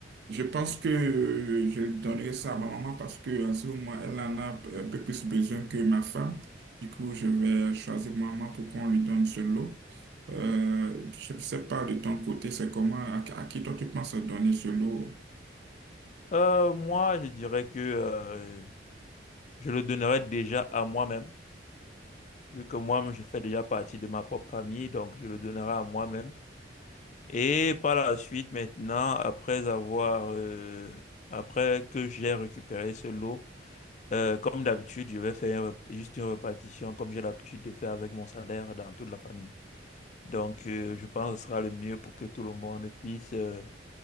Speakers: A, on the right (about 60°); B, on the left (about 40°).
A: je pense que euh, je donnerai ça à ma maman parce qu'en ce moment, elle en a un peu plus besoin que ma femme. Du coup, je vais choisir ma maman pour qu'on lui donne ce lot. Euh, je ne sais pas de ton côté, c'est comment, à, à qui toi tu penses donner ce lot?
B: Euh, moi, je dirais que euh, Je le donnerai déjà à moi-même, vu que moi-même, je fais déjà partie de ma propre famille, donc je le donnerai à moi-même. Et par la suite, maintenant, après avoir, euh, après que j'ai récupéré ce lot, euh, comme d'habitude, je vais faire une rep- juste une répartition, comme j'ai l'habitude de faire avec mon salaire dans toute la famille. Donc, euh, je pense que ce sera le mieux pour que tout le monde puisse, euh,